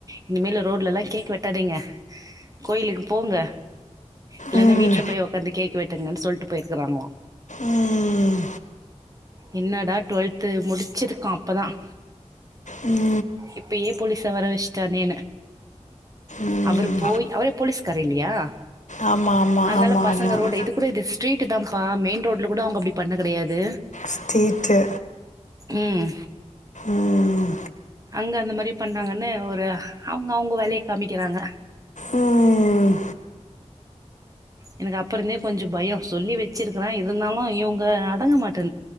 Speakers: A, on the right; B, on the left.
A: இனிமல் ரோட் லெல்லாம் கேக் வெட்டாதீங்க கோயிலுக்கு போங்க இல்லலைன்னா
B: ம்
A: வீட்டுல போய் உக்காந்து கேக்கு வெட்டுங்கன்னு சொல்லிட்டு போயிருக்கறாங்களா
B: ம்
A: என்னடா டுவெல்து முடிச்சிட்டு அப்பதான்
B: ம்
A: இப்பவே ஏ போலீஸ்ஸ வர வச்சுடானு
B: ம்
A: அவரு போய் அவரே போலீஸ்கார இல்லயா
B: ஆமாம் ஆமாம்
A: அதனால
B: ஆமாம்
A: பசங்க
B: ஆமாம்
A: ரோடு இது கூட ஸ்டீரீட் தாப்பா மெயின் ரோடுல கூட அவங்கப்படி பண்ண கெடையாது
B: ஸ்ட்ரீட்டு
A: உம்
B: ம்
A: அங்க அந்த மாதிரி பண்ணாங்கன்னு ஒரு அவங்க அவங்க வேலைய காமிக்கிறாங்க
B: உம்
A: எனக்கு அப்புற இருந்தே கொஞ்சோ பயம் சொல்லி வச்சிருக்கறேன் இருந்தாலும் இவங்க அடங்க மாட்டே